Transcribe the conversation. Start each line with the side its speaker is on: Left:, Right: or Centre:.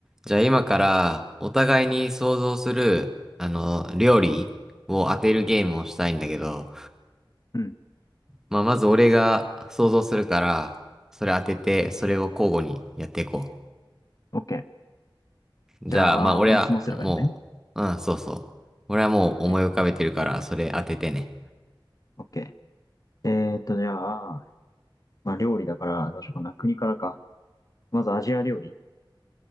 Centre: じゃあ今からお互いに想像する、あの、料理を当てるゲームをしたいんだけど、
Left: うん。
Centre: まあまず俺が想像するから、それ当てて、それを交互にやっていこ
Left: オッケー
Centre: う。
Left: じゃあ、
Centre: じゃあまあ俺はもう、
Left: 俺が質問すればいいのね。
Centre: うん、そうそう。俺はもう思い浮かべてるから、
Left: オッケー
Centre: それ当ててね。
Left: オッケーえーっと、じゃあ、まあ、料理だから、どうしようかな。国からか。まずアジア料理。